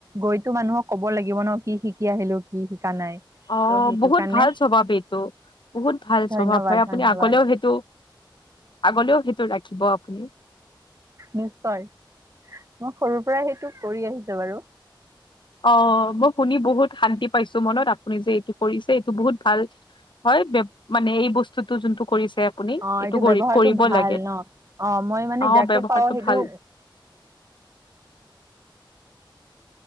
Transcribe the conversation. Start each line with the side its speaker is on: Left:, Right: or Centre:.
Right: গৈতো মানুহক ক'ব লাগিব ন কি শিকি আহিলো কি শিক কা নাই
Left: অ
Right: ত সেইটো,
Left: বহুত
Right: কাৰণে
Left: ভাল স্বভাৱ এইটো বহুত ভাল
Right: ধন্যবাদ
Left: স্বভাৱ হয় আপুনি
Right: ধন্যবাদ
Left: আগলেও সেইটো আগলেও সেইটো ৰাখিব আপুনি।
Right: নিশ্চয় মই সৰুৰ পৰা সেইটো কৰি আহিছো বাৰু।
Left: অ মই শুনি বহুত শান্তি পাইছো মনত, আপুনি যে এইটো কৰিছে, এইটো বহুত ভাল হয়। মানে এই বস্তুটো যোনটো, কৰিছে আপুনি
Right: অ এইটো
Left: কৰি
Right: ব্যৱহাৰটো
Left: কৰিব
Right: ভাল
Left: লাগে
Right: ন। অ মই মানে
Left: অ',
Right: যাকে
Left: ব্যৱহাৰটো
Right: পাওঁ সেইটো,
Left: ভাল।